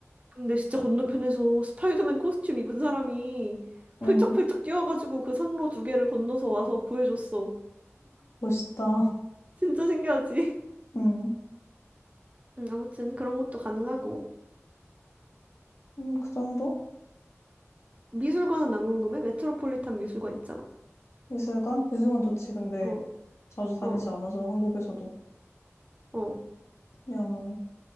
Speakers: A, on the right; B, on the left.
A: 근데 진짜 건너편에서 스파이더맨 코스튬 입은 사람이
B: 응,
A: 펄쩍펄쩍 뛰어가지고 그 선로 두 개를 건너서 와서 구해줬어.
B: 멋있다.
A: 진짜 신기하지?
B: 음.
A: <laughs> 음, 아무튼 그런 것도 가능하고.
B: 음, 그 정도?
A: 미술관은 안 궁금해? 메트로폴리탄 미술관 있잖아.
B: 미술관? 미술관 좋지. 근데
A: 어,
B: 자주 다니지
A: 어,
B: 않아서 한국에서도
A: 어.
B: 그냥